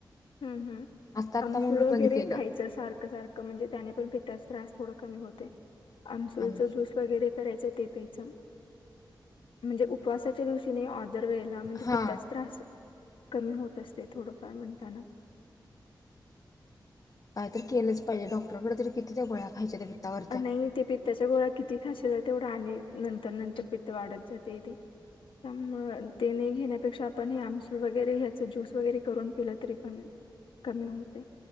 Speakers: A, on the left (about 80°); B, on the left (about 40°).
A: हम्म हम
B: आता आत्ता
A: अमसूल
B: मग मी
A: वगैरे
B: बंद केलं.
A: खायचं सारखं सारखं म्हणजे त्याने पण पितताचा त्रास. थोडा कमी होते. आमसूलचा
B: आम
A: जूस वगैरे करायचं. ते पेयचम म्हणजे उपवासाच्या दिवशी नाही ऑर्दर वेळेला म्हणजे
B: हा
A: पित्ताच त्रास. कमी होत असते थोडंफार म्हणताना.
B: काय तर केलंच पाहिजे डॉक्टरकडे तरी किती ते वळ्या खायच्या... पित्तावरच्या.
A: नाही ते पित्ताच्या गोळा किती खाश... तेवढं आणि नंतर नंतर पित्त वाढत जातेथे त्यामु ते नाही घेण्यापेक्षा आपण हे आमसूळ वगैरे ह्याच ज्यूस वगैरे करून पिलं तरी पण कमी होते.